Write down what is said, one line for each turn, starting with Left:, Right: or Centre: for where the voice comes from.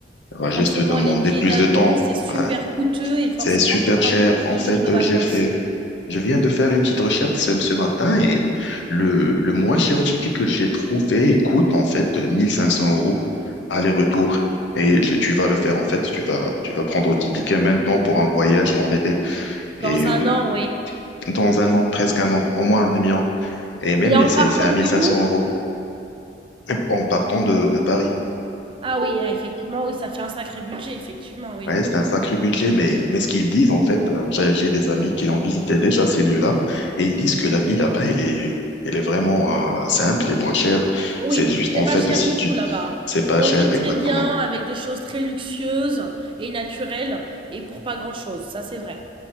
Left: va juste
Right: Forcément,
Left: demander
Right: les billets
Left: plus
Right: d'avion,
Left: de temps.
Right: c'est super
Left: Ouais.
Right: coûteux et forcément,
Left: C'est super
Right: il faut prendre
Left: cher.
Right: plus
Left: En
Right: de jours
Left: fait,
Right: de vacances.
Left: euh, j'ai fait je viens de faire une petite recherche ce, ce matin et le, le moins cher ticket que j'ai trouvé coûte en fait 1500 euros aller-retour. Et je- tu vas le faire en fait, tu vas, tu vas prendre ton ticket maintenant pour un voyage dans l'été
Right: Dans
Left: et euh,
Right: un an, oui.
Left: dans un an, presque un an, au moins un demi-an. Et même
Right: Et en
Left: et c'est
Right: partant
Left: c'est à 1500
Right: de où?
Left: euros euh, en partant de, de Paris.
Right: Ah oui, ah, effectivement, oui, ça fait un sacré budget, effectivement, oui.
Left: Ouais, c'est un sacré budget, mais, mais ce qu'ils disent, en fait, euh, j'ai j'ai des amis qui ont visité déjà ces lieux-là, et ils disent que la vie là-bas, elle est, elle est vraiment euh, simple et moins chère.
Right: Oui,
Left: C'est juste,
Right: c'est
Left: en
Right: pas
Left: fait,
Right: cher
Left: si
Right: du
Left: tu...
Right: tout là-bas. hein.
Left: C'est pas
Right: On
Left: cher,
Right: vit
Left: exactement.
Right: très bien avec des choses très luxueuses et naturelles et pour pas grand-chose, ça c'est vrai.